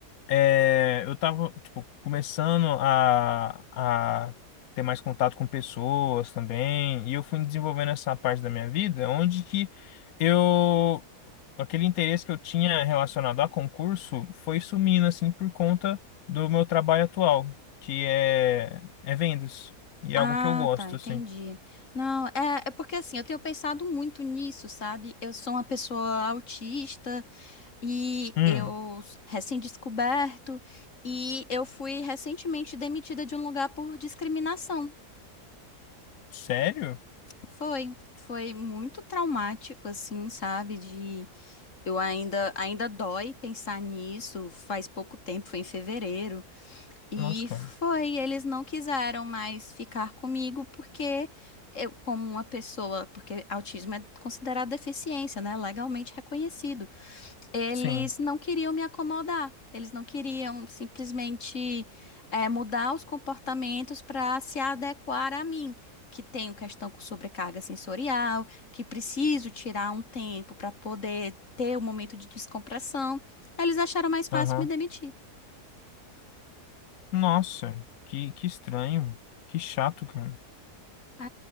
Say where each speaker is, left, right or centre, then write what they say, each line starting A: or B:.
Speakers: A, on the left (about 70°); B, on the left (about 50°).
A: é, eu tava, tipo, começando a, a ter mais contato com pessoas também. E eu fui desenvolvendo essa parte da minha vida, onde que eu. aquele interesse que eu tinha relacionado a concurso foi sumindo, assim, por conta do meu trabalho atual, que é, é vendas. E é
B: Ah,
A: algo que eu gosto,
B: tá, entendi.
A: assim.
B: Não, é, é porque assim, eu tenho pensado muito nisso, sabe? Eu sou uma pessoa autista e
A: Hum,
B: eu s- recém-descoberto e eu fui recentemente demitida de um lugar por discriminação.
A: sério?
B: Foi, foi muito traumático, assim, sabe? De eu ainda, ainda dói pensar nisso. Faz pouco tempo, foi em fevereiro. E
A: Nossa, cara.
B: foi, eles não quiseram mais ficar comigo porque eu, como uma pessoa, porque autismo é considerado deficiência, né? Legalmente reconhecido eles
A: Sim.
B: não queriam me acomodar. Eles não queriam simplesmente eh, mudar os comportamentos para se adequar a mim, que tenho questão com sobrecarga sensorial, que preciso tirar um tempo para poder ter um momento de descompressão. Eles acharam mais fácil
A: Aham.
B: me demitir.
A: Nossa, que, que estranho. Que chato, cara.
B: É,